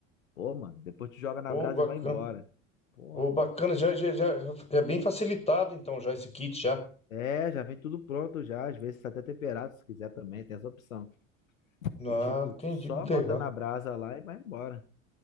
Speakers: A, on the left; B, on the left.
A: Pô, mano, depois tu joga na
B: Ô,
A: brasa
B: bacana.
A: e vai embora. Porra.
B: Ô, bacana, já, já, já, já é bem facilitado então já esse kit já.
A: É, já vem tudo pronto já, às vezes tá até temperado se quiser também, tem essa opção.
B: Ah,
A: E tipo,
B: entendi,
A: tu só
B: que legal,
A: bota na brasa lá e vai embora.